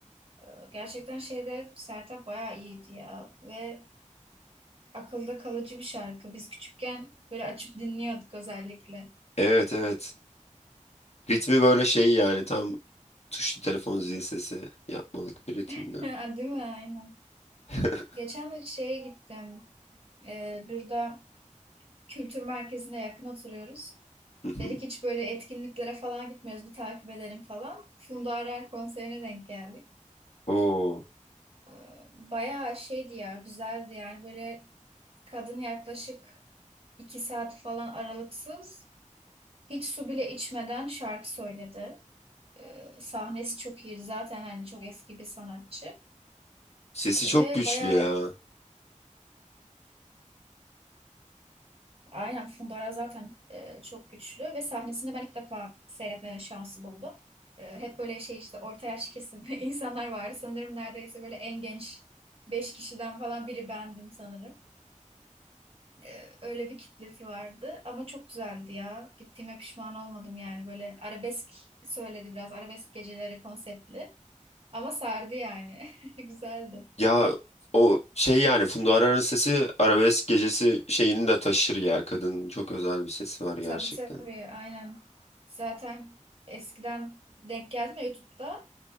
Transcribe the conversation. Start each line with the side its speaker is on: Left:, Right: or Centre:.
Right: e, gerçekten şeyde Sertab bayağı iyiydi ya ve akılda kalıcı bir şarkı. Biz küçükken böyle açıp dinliyorduk özellikle.
Left: Evet evet. Ritmi böyle şey yani tam tuşlu telefon zil sesi yapmalık bir ritimde.
Right: <laughs> Ha, Değil mi? Aynen.
Left: <laughs>
Right: Geçen de şeye gittim. Ee, burada kültür merkezine yakın oturuyoruz.
Left: Hı hı.
Right: Dedik hiç böyle etkinliklere falan gitmiyoruz. Bir takip edelim falan. Funda Arar konserine denk geldik.
Left: Oo,
Right: Ee, bayağı şeydi ya güzeldi yani böyle kadın yaklaşık iki saat falan aralıksız hiç su bile içmeden şarkı söyledi. Ee, sahnesi çok iyiydi zaten hani çok eski bir sanatçı.
Left: sesi çok
Right: Ve
Left: güçlü
Right: bayağı
Left: ya.
Right: aynen fundara zaten e, çok güçlü ve sahnesinde ben ilk defa seyretme şansı buldum. E, hep böyle şey işte orta yaş kesim <laughs> insanlar vardı. Sanırım neredeyse böyle en genç 5 kişiden falan biri bendim sanırım. E, öyle bir kitlesi vardı ama çok güzeldi ya. Gittiğime pişman olmadım yani böyle arabesk söyledi biraz arabesk geceleri konseptli ama sardı yani. <laughs> Güzeldi.
Left: Ya o şey yani Funda Arar'ın sesi arabesk gecesi şeyini de taşır ya. Kadının çok özel bir sesi var gerçekten.
Right: Tabii tabii aynen. Zaten eskiden denk geldim ya YouTube'da.